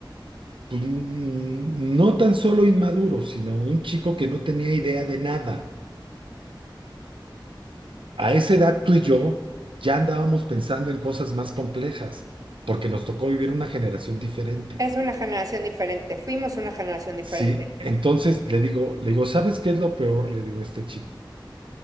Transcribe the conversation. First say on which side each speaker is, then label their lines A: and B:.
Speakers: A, on the right; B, on the right.
A: pues, mm, no tan solo inmaduro, sino un chico que no tenía idea de nada. A esa edad tú y yo ya andábamos pensando en cosas más complejas, porque nos tocó vivir una generación diferente.
B: Es una generación diferente. Fuimos una generación diferente.
A: Sí, entonces le digo, le digo, ¿sabes qué es lo peor? Le digo a este chico.